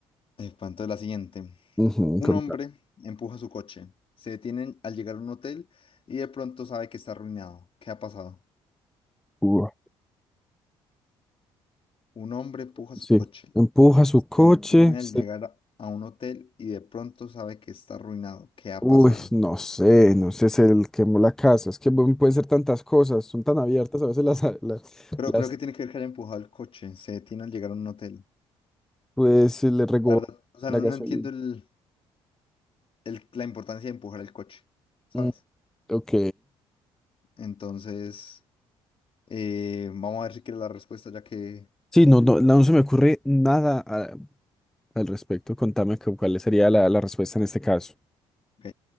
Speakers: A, on the left; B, in the centre.
A: Eh, pa, entonces la siguiente.
B: Ujú,
A: Un
B: con
A: hombre
B: tal-
A: empuja su coche. Se detienen al llegar a un hotel y de pronto sabe que está arruinado. ¿Qué ha pasado?
B: Ujú.
A: Un hombre empuja su
B: Sí,
A: coche.
B: empuja su
A: Se
B: coche.
A: detiene
B: se-
A: al llegar a a un hotel y de pronto sabe que está arruinado. ¿Qué ha
B: Uy,
A: pasado?
B: no sé, no sé, se le quemó la casa. Es que bueno, pueden ser tantas cosas, son tan abiertas a veces las, <laughs> las,
A: Pero,
B: las-
A: pero ¿qué tiene que ver que haya empujado el coche? Se detiene al llegar a un hotel.
B: pues se le regó
A: La verdad, o sea,
B: la
A: no,
B: gasolina.
A: no entiendo el, el- la importancia de empujar el coche, ¿sabes?
B: Mm, ok.
A: Entonces... Eh, vamos a ver si quiere la respuesta, ya que
B: Sí, no, no, no se me ocurre nada a- al respecto. Contame cu- cuál sería la, la respuesta en este caso.
A: ok,